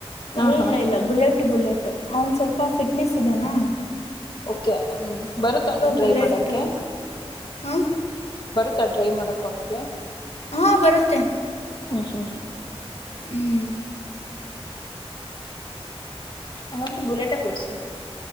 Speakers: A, on the left; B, on the left.
A: ಹಾಂ
B: ಏ
A: ಹಾಂ
B: ಇಲ್ಲ ಇಲ್ಲ ಬುಲೆಟ್ಟು ಬುಲೆಟ್ಟು ಅವ್ನ್ ಸ್ವಲ್ಪ ಫಿಟ್ನೆಸ್ ಇದಾನ-
A: ಓಕೆ ಹ ಬರುತ್ತ ನೀಗ ಡ್ರ
B: ಬುಲೆಟ್
A: ಮಾಡಕ್ಕೆ.
B: ಹಾಂ
A: ಬರುತ್ತಾ ಡ್ರೈವ್ ಮಾಡಕ ಅವನಿಗೆ
B: ಹಾ ಬರುತ್ತೆ
A: ಹ್ಮ ಹ್ಮ
B: ಹ್ಮ
A: ಹಂಗಂದ್ರೆ ಬುಲ್ಲೆಟೆ ಕೊಡ್ಸಿ ಮತ್ತೆ